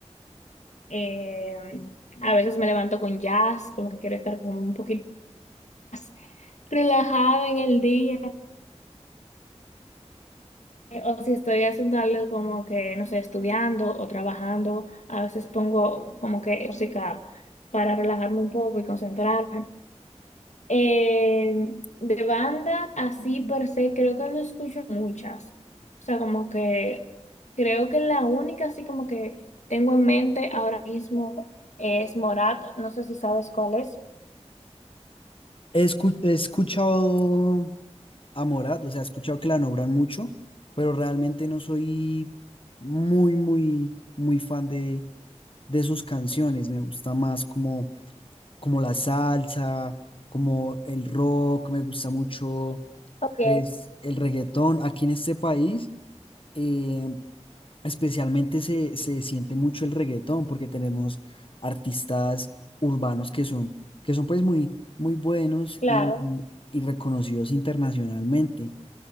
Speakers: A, on the left; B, on the left.
A: eh, a veces me levanto con jazz, como que quiero estar como un poquito más <laughs> relajada en el día. O si estoy haciendo algo como que, no sé, estudiando o trabajando, a veces pongo como que música para relajarme un poco y concentrarme. Eh, de banda, así per se, creo que no escucho muchas. O sea, como que creo que la única así como que tengo en mente ahora mismo es Morat. No sé si sabes cuál es.
B: He escu- he escuchado a Morat, o sea, he escuchado que la nombran mucho, pero realmente no soy muy, muy, muy fan de, de sus canciones. Me gusta más como, como la salsa, como el rock, me gusta mucho
A: Ok,
B: pues, el reggaetón. Aquí en este país, eh, especialmente se, se siente mucho el reggaetón porque tenemos artistas urbanos que son, que son pues muy, muy buenos
A: claro.
B: y, y reconocidos internacionalmente